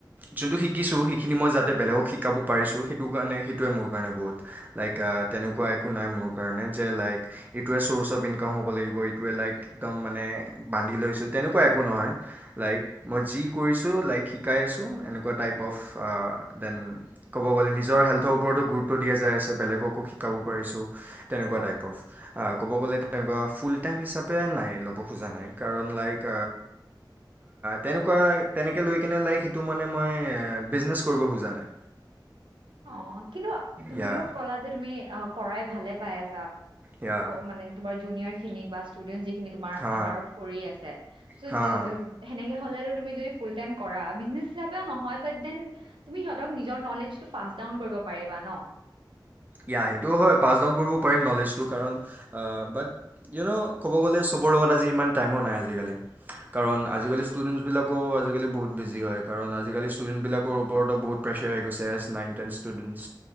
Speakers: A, on the right; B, on the right.
A: যোনটো শিকিছো, সেইখিনি মই যাতে বেলেগক শিকাব পাৰিছো, সেইটো কাৰণে সেইটোৱে মোৰ কাৰণে বহুত লাইক তেনেকুৱা একো নাই মোৰ কাৰণে, যে লাইক এইটোৱে চ'ৰ্চ অফ ইনকাম হ'ব লাগিব। টোৱে লাইক একদম মানে বান্ধি লৈছো তেনেকুৱা একো নহয়। লাইক মই যি কৰিছো লাইক শিকাই আছো। এনেকুৱা টাইপ অফ দেন ক'ব গ'লে নিজৰ হেল্থৰ ওপৰতো গুৰুত্ব দিয়া যায় আছে বেলেগকো শিকাব পাৰিছো তেনেকুৱা টাইপ অফ ক'ব গ'লে তেনেকুৱা ফুল <unintelligible> নাই ল'ব খোজা নাই কাৰণ লাইক তেনেকুৱা তেনেকৈ লৈ কিনে লাইক, সেইটো মানে মই বিজনেছ কৰিব খোজা নাই।
B: অ' কিন্তু তুমিতো
A: ইয়া
B: ক'লা যে তুমি আহ কৰাই ভালে পাই আছা।
A: ইয়া
B: অ' মানে তোমাৰ জুনিয়ৰ। খিনিক বা ষ্টুডেণ্ট যিখিনি তোমাৰ
A: হা
B: আণ্ডাৰত কৰি আছে, চ'
A: হা
B: যি
A: হা
B: সেনেকে হ'লে তুমি যদি ফুল টাইম হিচাপে কৰা, বিজনেছ বুলিও নহয় বাট ডেন তুমি সিহঁতক নিজৰ নলেজ টো পাষ্ট ডাউন কৰিব পাৰিবা ন'।
A: ইয়া, সেইটোও হয়। পাছ ডাউন কৰিব পাৰিম নলেজটো কাৰণ বাট ইউ ন ক'ব গ'লে চব ওপৰ লগত আজি ইমান টাইমো নাই, আজিকালি কাৰণ আজিকালি ষ্টুডেণ্টছবিলাকো আজিকালি বহুত বিজি হয়। কাৰণ আজিকালি ষ্টুডেণ্টবিলাকৰ ওপৰতো বহুত প্ৰেছাৰ আহি গৈছে। As nine, ten students